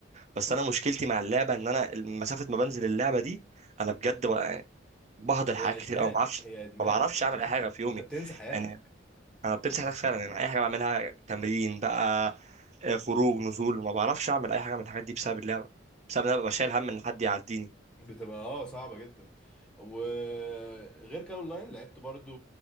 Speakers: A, on the right; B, in the centre.
A: بس انا مشكلتي مع اللعبه ان انا مسافه ما بنزل اللعبه دي انا بجد بقى يعني بهدر
B: هي
A: حاجات كتير
B: ادمان
A: او ما بعرفش
B: هي ادمان
A: ما بعرفش
B: ادمان
A: اعمل اي حاجه في يومي
B: انت بتنسى حياتك
A: يعني انا بتمسح حياتك فعلا يعني اي حاجه بعملها تمرين بقى آه، خروج نزول ما بعرفش اعمل اي حاجه من الحاجات دي بسبب اللعبه بسبب ان انا ببقى شايل هم ان حد يعديني
B: بتبقى اه صعبه جدا وغير كده اونلاين لعبت برضو